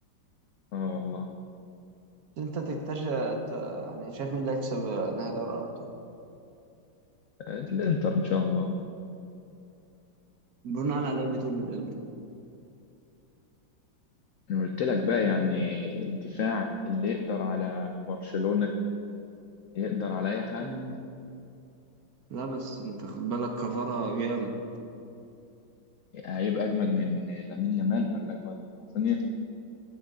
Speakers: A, on the left; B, on the right.
A: اه والله
B: انت تكتشف ت- يعني شايف مين اللي هيكسب نهائي دوري الابطال
A: الانتر ان شاء الله
B: بناء على ايه بتقول الانتر
A: انا قلت لك بقى يعني الدفاع اللي يقدر على برشلونه يقدر على اي حاجه
B: مم. لا بس انت خد بالك كفارة جامد
A: هيبقى اجمد من لامين يامال ولا اجمد من رافينيا